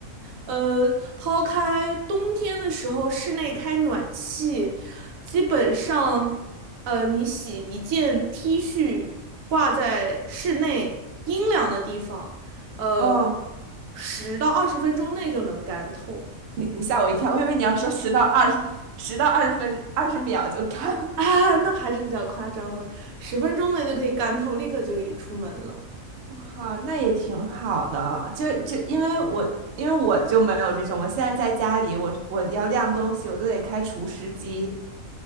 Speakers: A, on the right; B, on the right.
A: 呃，抛开冬天的时候室内开暖气，基本上，呃，你洗一件 T 恤挂在室内阴凉的地方，呃，
B: 嗯，
A: 十到二十分钟内就能干透
B: 你你吓我一跳，我以为你要说十到二十，十到二十分二十秒就干
A: <laughs> 啊，那还是比较夸张的，十分钟内就可以干透，立刻就可以出门了。
B: 我靠，那也挺好的。就就因为我因为我就没有这种，我现在在家里，我我要晾东西，我都得开除湿机。